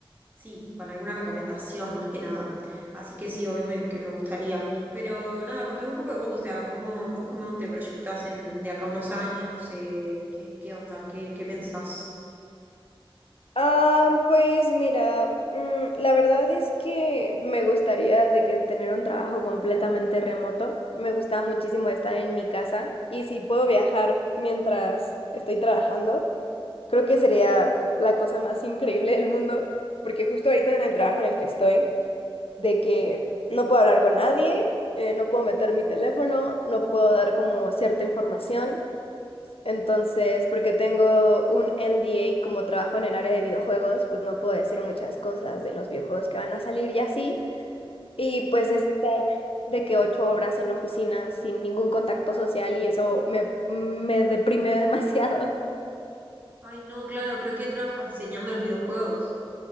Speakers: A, on the right; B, on the left.
A: sí, con alguna recomendación más que nada. Así que sí, obviamente que me gustaría. Pero nada, contame un poco de vos, o sea, cómo, vos cómo te proyectás en, de acá a unos años, eh, qué, qué onda, qué, qué pensás.
B: Ah, pues mira, mm, la verdad es que me gustaría de que tener un trabajo completamente remoto. Me gusta muchísimo estar en mi casa y si puedo viajar mientras estoy trabajando. Creo que sería la cosa más increíble del mundo, porque justo ahorita en el trabajo en el que estoy, de que no puedo hablar con nadie, eh, no puedo meter mi teléfono, no puedo dar como cierta información. Entonces, porque tengo un NDA, como trabajo en el área de videojuegos, pues no puedo decir muchas cosas de los videojuegos que van a salir y así. Y pues es estar de
A: Ah.
B: que ocho horas en la oficina sin ningún contacto social y eso me, me deprime <laughs> demasiado.
A: Ay, no, claro, pero ¿qué trabajas diseñando los videojuegos?